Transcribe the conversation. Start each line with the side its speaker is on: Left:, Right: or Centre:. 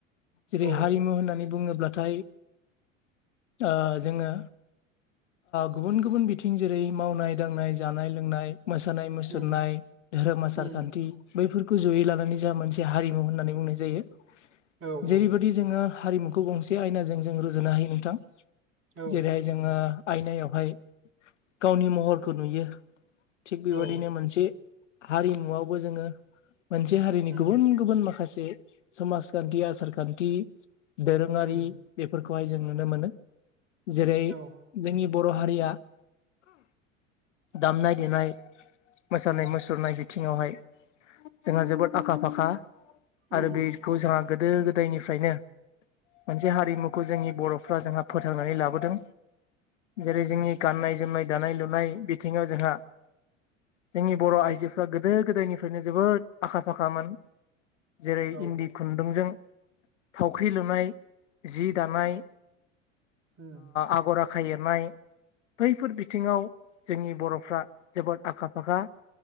Left: जेरै
Right: औ
Left: हारिमु होननानै बुङोब्लाथाय ओ जोङो गुबुन गुबुन बिथिं जेरै मावनाय दांनाय जानाय लोंनाय मोसानाय मुसुरनाय
Right: उम
Left: धोरोम आसार
Right: उम
Left: खान्थि बैफोरखौ जयै लानानै मोनसे हारिमुनानै बुंनाय जायो
Right: औ
Left: जेरैबायदि
Right: औ
Left: जोङो हारिमुखौ गंसे आयनाजों जों रुजुनो हायो नोंथां
Right: औ
Left: जेरैहाय जोङो आयनायावहाय गावनि महरखौ नुयो। थिग बेबायदिनो
Right: औ
Left: मोनसे हारिमुआवबो जोङो मोनसे हारि गुबुन
Right: उम
Left: गुबुन माखासे समाजखान्थि आसारखान्थि दोरोङारि
Right: उम
Left: बेफोरखौहाय जों नुनो मोनो जेरै
Right: औ
Left: जोंनि बर' हारिया दामनाय देनाय मोसानाय
Right: उम
Left: मुसुरनाय बिथिङावहाय जोंहा जोबोद आखा फाखा
Right: उम
Left: आरो बे खौ जोंहा गोदो गोदायनिफ्रायनो मोनसे हारिमुखौ जोंनि बर'फ्रा जोंहा फोथांनानै लाबोदों जेरै
Right: उम
Left: जोंनि गाननाय जोमनाय दानाय लुनाय बिथिङाव जोंहा जोंनि बर' आइजोफ्रा गोदो गोदायनिफ्रायनो जोबोद आखा फाखामोन जेरै
Right: औ
Left: इन्दि खुन्दुंजों थावख्रि लुनाय जि दानाय
Right: उम
Left: आगर आखाइ एरनाय बैफोर बिथिङाव जोंनि बर'फ्रा जोबोद आखा फाखा